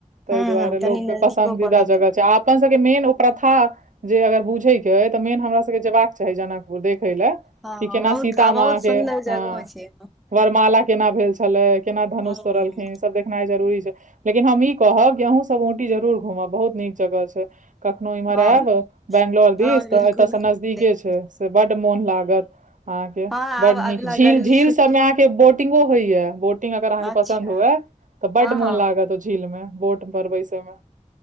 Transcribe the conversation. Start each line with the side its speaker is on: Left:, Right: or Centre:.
Right: ताहि
Centre: हूं
Right: दुआरे
Centre: हूं
Right: लोकके
Centre: कनि नजदीको
Right: पसन्दीदा
Centre: पड़ल
Right: जगह
Centre: तऽ
Right: छैय आप अपन सबके मेन ओ प्रथा जे अगर बुझे के अय तऽ मेन हमरा सबके जेयबाक चाही जनक देखेला
Centre: हँ
Right: कि केना
Centre: बहुत
Right: सीता
Centre: आ
Right: मा
Centre: बहुत
Right: के
Centre: सुन्दर
Right: ह
Centre: जगहो छै
Right: वरमाला केना भेल छे छलै केना धनुष
Centre: हूं हूं
Right: तोड़लखिन ई सब देखनाइ जरूरी छैय। लेकिन हम ई कहब जे अहूँ सब औंटी जरूर घूमब बहुत नीक जगह छैय। कखनो एम्हर
Centre: हँ
Right: आयब बेंगलोर दिस
Centre: हँ
Right: तऽ
Centre: बिलकुल
Right: एतयसे नजदीके
Centre: देख
Right: छैय। त बड्ड मोन लागतअहाँके
Centre: हँ आब
Right: बड्ड निक
Centre: अगला
Right: झील
Centre: गर्मी
Right: झील
Centre: छुट्टी
Right: सबमें अहाँके के बटिंगो होइया बोटिंग अगर अहाँके
Centre: अच्छा
Right: पसन्द हुए तऽ बड
Centre: हँ
Right: मोन
Centre: हँ
Right: लागत झीलमे बोट पर बैसेमे।